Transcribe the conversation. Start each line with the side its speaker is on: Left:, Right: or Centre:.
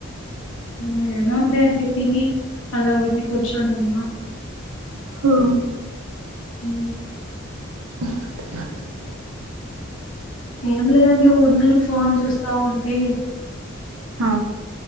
Left: నేనంటే తిని ఆడ ఊరికే కూర్చొని ఉన్న
Right: హా
Left: ఉ
Right: దగ్గు సౌండ్
Left: ఏం లేదండి ఊరిని ఫోన్ చూస్తా ఉంటే
Right: ఆ